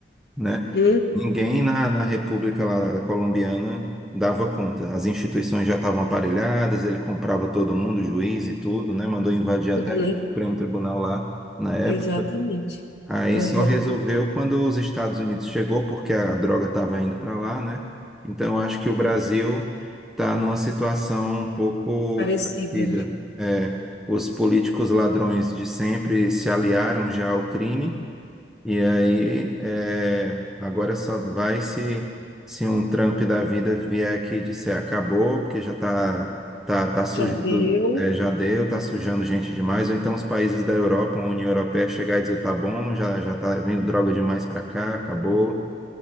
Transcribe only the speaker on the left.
Hum,
tudo, né?
Exatamente.
Aham.
Parecida.
Já deu.